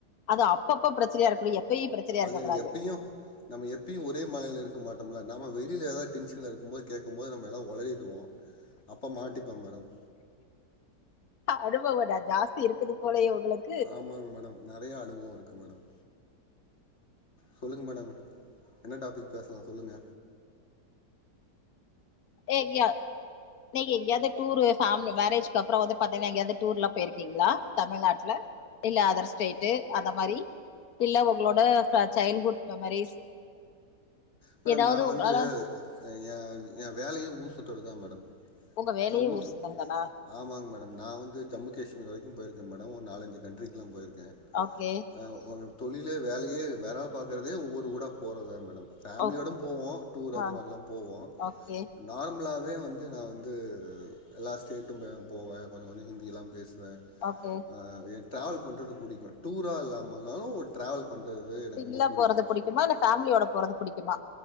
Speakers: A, on the left; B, on the left.
A: அது அப்ப அப்ப பிரச்சனையா இருக்கூடிய எப்பைய் பிரச்சனையா இருக்ககூடாது
B: அது எனக்கு எப்பயும் நம்ம எப்பயு ஒரே மனநில இருக்க மாட்டோம்ல நம்ம வெளில எதா டென்ஷன்ல இருக்கும்போது கேக்கபோது நம்ம எதாத் ஒளறிடுவோ அப்ப மாட்டிப்பம் மேடம்
A: அனுபவ கொஞ்ச ஜாஸ்தி இருக்குது போலயோ உங்களுக்
B: ஆமாங் மேடம் நறைய அனுபவோ இருக்கு மேடம் சொல்லுங்க மேடம் என்ன டாப்பிக் பேசலா சொல்லுங்க
A: ஏ கியா நீங்க எங்கயாவ்து டூரு ஃபேமிலி மேரேஜ்க்கு அப்றோ வந்து பாத்தீங்ன்னா எங்கியாவ்து டூர்லா போய்ருக்கீங்ளா தமிழ்நாட்ல இல்ல அதர் ஸ்டேட்டு அந்த மாரி இல்ல உங்களோட ப சைல்ட்ஹூட் மெமரிஸ்
B: மேடம்
A: ஏதாவது
B: நா வந்து
A: உங்களால
B: எ ஏ வேலயே ஊர் சுத்தறது தா மேடம்
A: உங்க வேலையே
B: நா ஊர் சுத்
A: சுத்துறதானா
B: ஆமாங் மேடம் நா வந்து ஜம்மு காஷ்மீர் வரைக்கு போயிருக்கே மேடம் ஒரு நாலஞ்சு கண்ட்ரிக்கலா போயிருக்கே
A: ஓகே
B: ஆ ம் தொழிலே வேலயே வேறா பாக்கறதே ஊர்வூடா போறத் தா மேடம் ஃபேமிலியோடும்
A: ஓக்
B: போவோ டூர் அந்த
A: ஆ
B: மாரிலா போவோ
A: ஓகே
B: நார்மலாவே வந்து நா வந்து எல்லா ஸ்டேட்டும்மே போவே கொஞ்ச கொஞ்ச ஹிந்திய்லா பேசுவே
A: ஓகே
B: அ எ டிராவல் பண்றது புடிக்கு டூரா இல்லாம இருந்தாலு ஒரு டிரவல் பண்றது வந்து எனக்கு
A: சிங்கிளா
B: ரொம்ப புடிக்கு
A: போறது புடிக்குமா இல்ல ஃபேமிலியோட போறது புடிக்குமா